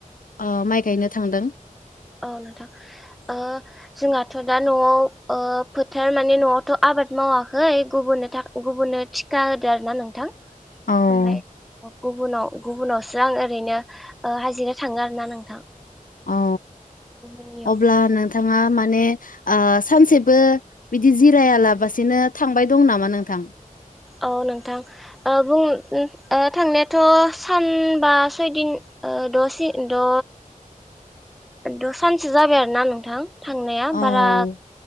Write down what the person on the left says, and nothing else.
ओ माइ गायनो थांदों?
औ
औ
अब्ला नोंथाङा मा माने ओ सानसेबो बिदि जिरायालाबसिनो थांबाय दं नामा नोंथां?
औ